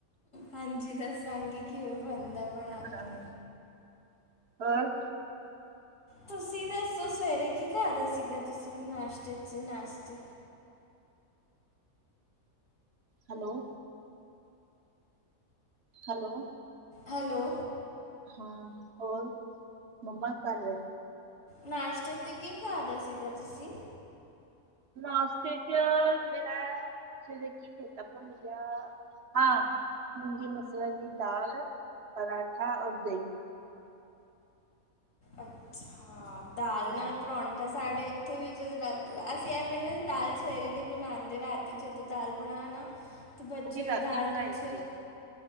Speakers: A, on the left (about 65°); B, on the right (about 50°).
A: ਹਾਂਜੀ ਦੱਸਾਂਗੇ ਕਿਵੇਂ ਬਣਦਾ ਬਣਾ
B: ਹਾਂ
A: ਕੇ
B: ਹੋਰ
A: ਤੁਸੀਂ ਦੱਸੋ ਸਵੇਰੇ ਕੀ ਖਾਦਾ ਸੀਗਾ ਤੁਸੀਂ ਨਾਸ਼ਤੇ ਚ ਨਾਸ਼ਤੇ
B: ਹੈਲੋ ਹੈਲੋ
A: ਹੈਲੋ
B: ਹਾਂ ਹੋਰ ਮੰਮਾ ਕੀ ਕਰ ਰਹੇ
A: ਨਾਸ਼ਤੇ ਤੇ ਕੀ ਖਾਦਾ ਸੀਗਾ ਤੁਸੀਂ
B: ਨਾਸ਼ਤੇ ਚ ਮੇਰਾ ਸਵੇਰੇ ਕੀ ਚੇਤਾ ਭੁੱਲ ਗਿਆ ਹਾਂ ਮੂੰਗੀ ਮਸਰਾ ਜੀ ਦਾਲ, ਪਰਾਂਠਾ ਔਰ ਦਹੀਂ
A: ਅੱਛਾ, ਦਾਲ
B: ਹਾਂ
A: ਨਾਲ ਪਰੌਂਠੀ ਸਾਡੇ ਇੱਥੇ ਵੀ ਜਦਾਦੂ ਅਸੀਂ ਐਵੇਂ ਨਾ ਦਾਲ ਸਵੇਰੇ ਨੀ ਬਣਾਉਦੇ ਰਾਤੀ ਜਦੋਂ ਦਾਲ ਬਣਾ ਨਾ ਤੇ ਬੱਚੇ ਉਹੀ
B: ਰਾਤੀ
A: ਦਾਲ
B: ਬਣਾਈ
A: ਨਾਲ ਸ-
B: ਸੀ